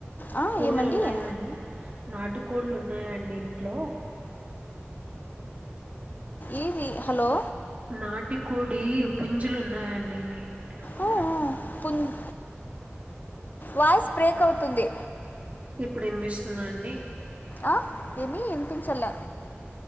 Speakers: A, on the left; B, on the right.
A: ఆ,
B: కోళ్ళు
A: ఏమండి
B: ఉన్నాయా అండి నాటు కోళ్ళు ఉన్నా ఉన్నాయండి ఇంట్లో
A: ఏది హలో
B: నాటి కోడి పుంజులు ఉన్నాయండి మీ ఇంట్లో
A: ఊ,
B: అని అంటున్నా
A: ఊ, పున్- వాయిస్ బ్రేక్ అవుతుంది
B: ఇప్పుడు వినిపిస్తుందా అండి
A: ఆ ఏమీ ఇనుపించలా